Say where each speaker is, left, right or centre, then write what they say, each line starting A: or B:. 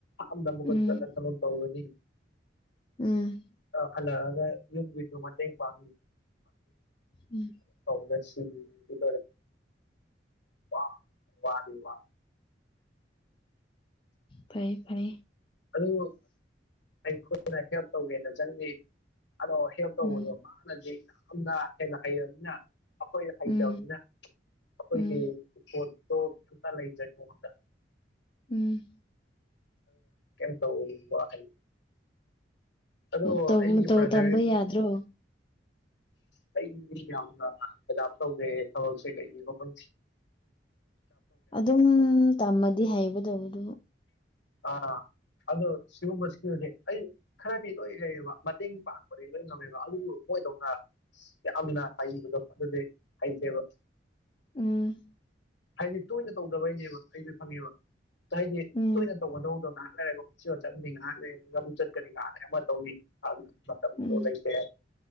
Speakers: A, on the left (about 75°); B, on the left (about 25°).
A: ꯅꯝꯕ
B: ꯎꯝ
A: ꯀꯣꯗꯤ ꯆꯅ ꯇꯣ ꯇ ꯍꯣꯏꯅꯤ
B: ꯎꯝ
A: ꯑ ꯍꯜꯂ ꯑꯗ ꯌꯦ ꯃ ꯄꯥꯝ
B: ꯎꯝ
A: ꯀꯗꯁꯤꯇꯥꯔꯦ ꯋꯥ ꯋꯥꯗꯤ ꯋꯥ
B: ꯐꯌꯦ ꯐꯥꯏꯌꯦ
A: ꯑꯗꯨ ꯑꯩꯈꯣꯏꯅ ꯍꯦꯜꯞ ꯇꯧꯒꯦꯅ ꯆꯪꯒ ꯑꯗꯣ ꯍꯦꯜꯞ ꯇꯧꯕꯗꯣ
B: ꯎꯝ
A: ꯃꯥꯅꯗꯤ ꯌꯥꯝꯅ ꯍꯦꯟꯅ ꯍꯩꯔꯕꯅꯤꯅ ꯑꯩꯈꯣꯏ ꯍꯩꯇꯕꯅꯤꯅ
B: ꯎꯝ
A: ꯑꯩꯈꯣꯏꯒꯤꯣꯠ
B: ꯎꯝ
A: ꯀꯨ ꯀ ꯂ ꯆꯗ
B: ꯎꯝ
A: ꯀ ꯇꯧ ꯋꯥ ꯍꯥꯏ ꯑꯗꯣ
B: ꯇꯧ
A: ꯑꯩꯒꯤ
B: ꯃꯇꯧ
A: ꯕ꯭ꯔꯗꯔ
B: ꯇꯝꯕ ꯌꯥꯗ꯭ꯔꯣ
A: ꯀꯅꯤ ꯌꯥꯝꯅ ꯍꯦꯖ ꯇꯧꯒꯦ ꯊꯕꯛꯁꯦ ꯀꯩ ꯃꯈꯐꯝ
B: ꯑꯗꯨꯝ ꯇꯝꯃꯗꯤ ꯍꯩꯕ ꯇꯧꯕꯗꯨ
A: ꯑꯥ ꯑꯗꯣ ꯁꯤꯒꯨꯝꯕ ꯏꯁ꯭ꯀꯤꯜꯁꯦ ꯑꯩ ꯈꯔꯗꯤ ꯂꯣꯏ ꯍꯩꯌꯦꯕ ꯃꯇꯦꯡ ꯄꯥꯡꯕꯗꯤ ꯂꯣꯏ ꯉꯝꯃꯦꯕ ꯑꯗꯨꯕꯨ ꯊꯃꯣꯏꯗꯧꯅ ꯌꯥꯝꯅ ꯍꯩꯕꯗꯣ ꯑꯗꯨꯗꯤ ꯍꯩꯇꯦꯕ
B: ꯎꯝ
A: ꯍꯥꯏꯗꯤ ꯇꯣꯏꯅ ꯇꯧꯗꯕꯩꯅꯦꯕ ꯑꯩꯁꯨ ꯈꯪꯉꯦꯕ ꯍꯥꯏꯗꯤ
B: ꯎꯝ
A: ꯇꯣꯏꯅ ꯇꯧꯒꯗꯧꯗꯅ ꯂꯩꯔꯒ ꯄꯨꯟ ꯆꯠꯅꯤ ꯉꯥꯗ ꯑꯗꯨ ꯆꯠꯀꯅꯤ ꯉꯥꯔꯦ ꯑꯃ ꯇꯧꯅꯤ ꯑꯗꯨꯅ ꯃ ꯐ
B: ꯎꯝ
A: ꯂꯩꯇꯦ